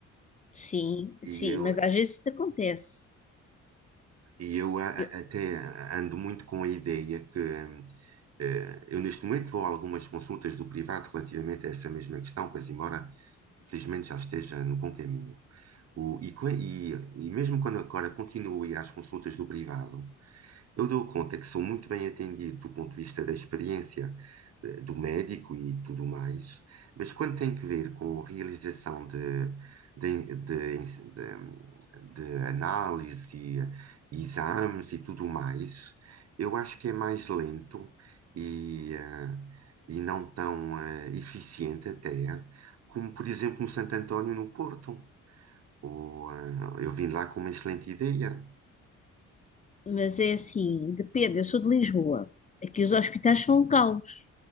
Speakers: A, on the left; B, on the right.
A: Sim, sim,
B: E eu,
A: mas às vezes isso acontece.
B: E eu a-
A: Eu-
B: a- até ando muito com a ideia que hum, eh, eu neste momento vou a algumas consultas do privado relativamente a essa mesma questão, pois embora felizmente já esteja no bom caminho. O- e, co- e- e mesmo quando agora continuo a ir às consultas do privado, eu dou conta que sou muito bem atendido do ponto de vista da experiência eh, do médico e tudo mais, mas quando tem que ver com a realização de, de, de, de- de análise e e exames e tudo mais, eu acho que é mais lento e, eh, e não tão eh, eficiente até, como por exemplo no Santo António no Porto. Ou, eh, eu vim lá com uma excelente ideia.
A: mas é assim, depende. Eu sou de Lisboa. Aqui os hospitais são um caos.